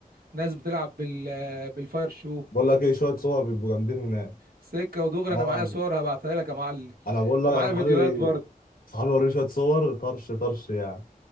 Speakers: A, on the right; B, on the left.
A: ناس بتلعب بال بالفاير شو
B: بقول لك ايه شويه صور بيبقوا جامدين هناك
A: سكه ودغري
B: اه
A: انا معايا صور هبعتها لك يا معلم
B: انا بقول لك
A: ومعايا
B: انا
A: فيديوهات
B: صحابي
A: برضه
B: صحابي وريني شويه صور طرش طرش يعني